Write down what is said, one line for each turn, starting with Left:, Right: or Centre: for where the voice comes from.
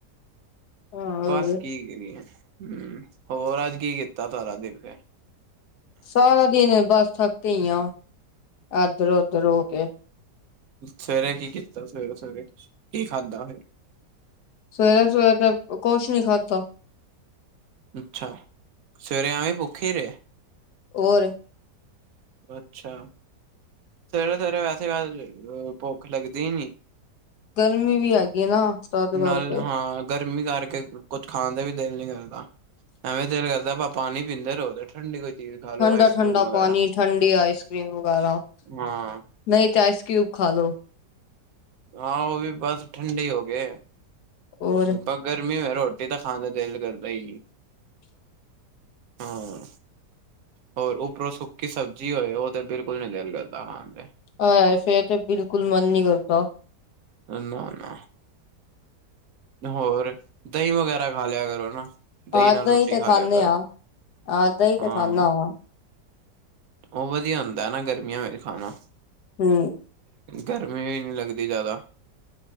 Left: ਹਾਂ ਹੋਰ
Right: ਬਸ ਕੀ ਕਰੀਏ, ਹੰ, ਹੋਰ ਅੱਜ ਕੀ ਕੀਤਾ ਸਾਰਾ ਦਿਲ ਫਿਰ?
Left: ਸਾਰਾ ਦਿਨ ਬਸ ਥੱਕੇ ਹੀ ਆ, ਇਧਰ ਉਧਰ ਹੋ ਕੇ।
Right: ਸਵੇਰੇ ਕੀ ਕੀਤਾ, ਸਵੇਰੇ- ਸਵੇਰੇ ਕੀ ਖਾਧਾ ਫਿਰ?
Left: ਸਵੇਰੇ-ਸਵੇਰੇ ਤੇ ਕੁਛ ਨੀ ਖਾਧਾ।
Right: ਅੱਛਾ, ਸਵੇਰੇ ਐਵੇਂ ਭੁੱਖੀ ਹੀ ਰਹੇ?
Left: ਹੋਰ।
Right: ਅੱਛਾ, ਸਵੇਰੇ ਸਵੇਰੇ ਵੈਸੇ ਭੁੱਖ ਲੱਗਦੀ ਨੀ।
Left: ਗਰਮੀ ਵੀ ਹੈਗੀ। ਨਾ ਤਦ ਕਰਕੇ
Right: ਨਾਲ ਹਾਂ, ਗਰਮੀ ਕਰਕੇ ਕੁਛ ਖਾਣ ਤੇ ਵੀ ਦਿਲ ਨੀ ਕਰਦਾ। ਐਵੇਂ ਦਿਲ ਕਰਦਾ ਬਸ ਪਾਣੀ ਪੀਂਦੇ ਰਹੋ, ਤੇ ਠੰਡੀ ਕੋਈ ਚੀਜ਼ ਖਾ ਲੋ
Left: ਠੰਡਾ-
Right: ਆਈਸ ਕਰ੍ਰੀਮ
Left: ਠੰਡਾ
Right: ਵਗੈਰਾ
Left: ਪਾਣੀ, ਠੰਡੀ ਆਈਸ ਕਰ੍ਰੀਮ ਵਗੈਰਾ।
Right: ਹਾਂ
Left: ਨਹੀਂ ਤੇ ਆਇਸ ਕਿਊਬ ਖਾ ਲੋ।
Right: ਹਾਂ, ਉਹ ਵੀ ਬਸ ਠੰਢੇ ਹੀ ਹੋ ਗਏ।
Left: ਹੋਰ
Right: ਹੂੰ, ਗਰਮੀ ਹੋਏ ਰੋਟੀ ਤਾਂ ਖਾਣ ਤੇ ਦਿਲ ਕਰਦਾ ਹੀ ਨਹੀਂ। ਹਾਂ, ਹੋਰ ਉੱਪਰੋਂ ਸੁੱਕੀ ਸਬਜ਼ੀ ਹੋਏ, ਉਹ ਤੇ ਬਿਲਕੁਲ ਨੀ ਦਿਲ ਕਰਦਾ ਖਾਣ ਤੇ।
Left: ਆਏ ਹਾਏ, ਫੇਰ ਤੇ ਬਿਲਕੁਲ ਮਨ ਨਹੀਂ ਕਰਦਾ।
Right: ਨਾ-ਨਾ, ਹੋਰ, ਦਹੀਂ ਵਗੈਰਾ ਖਾ ਲਿਆ ਕਰੋ ਨਾ। ਦਹੀਂ
Left: ਏਦਾਂ
Right: ਨਾਲ ਰੋਟੀ
Left: ਹੀ ਤੇ
Right: ਖਾ
Left: ਖਾਂਦੇ
Right: ਲਿਆ ਕਰੋ,
Left: ਆ ਏਦਾਂ ਹੀ ਤੇ
Right: ਹਾਂ।
Left: ਖਾਂਦਾ ਵਾ
Right: ਉਹ ਵਧੀਆ ਹੁੰਦਾ ਨਾ, ਗਰਮੀਆਂ ਵਿੱਚ ਖਾਣਾ।
Left: ਹੂੰ,
Right: ਗਰਮੀ ਵੀ ਨਹੀਂ ਲੱਗਦੀ ਜ਼ਿਆਦਾ,